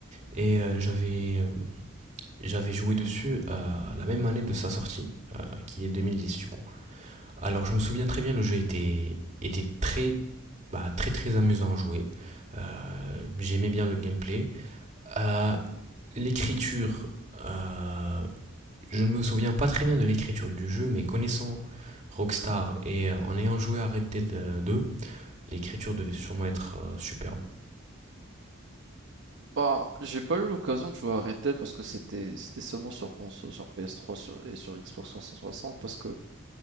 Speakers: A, on the right (about 35°); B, on the right (about 60°).
A: et euh, j'avais, euh, j'avais joué dessus euh, la même année de sa sortie, euh, qui est 2010 du coup. Alors, je me souviens très bien, le jeu était, était très, bah, très très amusant à jouer. Euh, j'aimais bien le gameplay. Euh, l'écriture, euh, je ne me souviens pas très bien de l'écriture du jeu, mais connaissant Rockstar et euh, en ayant joué à Red Dead euh, 2, l'écriture devait sûrement être euh, superbe.
B: Bah, j'ai pas eu l'occasion de jouer à Red Dead parce que c'était c'était seulement sur console, sur PS3 sur, et sur Xbox 360 parce que euh,